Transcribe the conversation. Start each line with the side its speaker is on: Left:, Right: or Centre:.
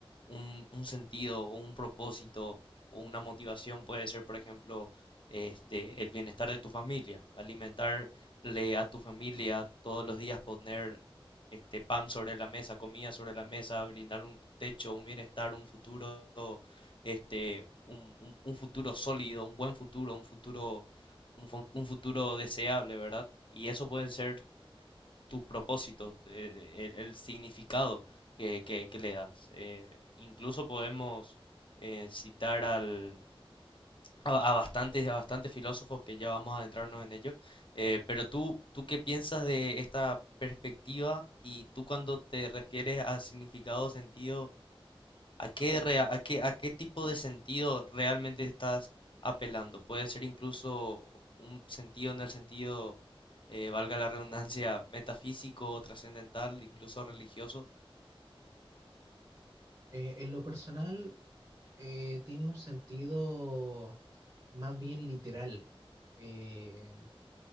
Left: Un, un sentido o un propósito o una motivación puede ser, por ejemplo, este, el bienestar de tu familia, alimentarle a tu familia todos los días, poner este pan sobre la mesa, comida sobre la mesa, brindar un techo, un bienestar, un futuro, este, un, un- un futuro sólido, un buen futuro, un futuro, un, fu- un futuro deseable, ¿verdad? Y eso pueden ser tus propósitos, eh, el, el significado que, que- que le das. Eh, incluso podemos eh, citar al, a, a bastantes, a bastantes filósofos que ya vamos a adentrarnos en ello. eh, pero tú, ¿tú qué piensas de esta perspectiva? Y tú cuando te refieres a significado, sentido, ¿a qué, rea- a qué, a qué tipo de sentido realmente estás apelando? Puede ser incluso un sentido en el sentido, eh, valga la redundancia, metafísico, trascendental, incluso religioso.
Right: Eh, en lo personal, eh, tiene un sentido más bien literal. Eh,